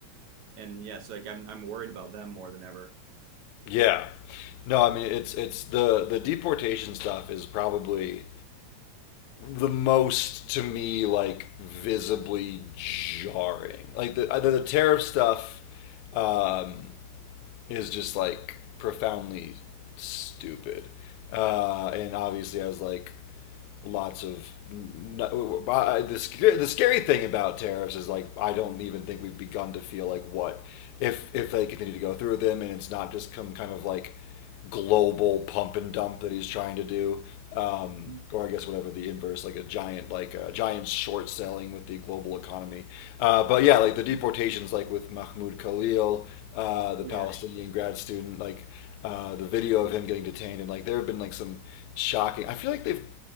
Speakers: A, on the right; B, on the left.
A: and yeah, so like I'm I'm worried about them more than ever.
B: Yeah. No, I mean it's it's the the deportation stuff is probably the most to me like visibly jarring. Like the uh, the, the tariff stuff um, is just like profoundly stupid, uh, and obviously has like lots of the the scary thing about tariffs is like I don't even think we've begun to feel like what if if they continue to go through with them and it's not just come kind of like global pump and dump that he's trying to do, um,
A: Mhm.
B: or I guess whatever the inverse, like a giant like a giant short selling with the global economy. Uh, but yeah, like the deportations, like with Mahmoud Khalil, uh, the
A: Oh
B: Palestinian
A: yeah.
B: grad student, like uh, the video of him getting detained, and like there have been like some shocking. I feel like they've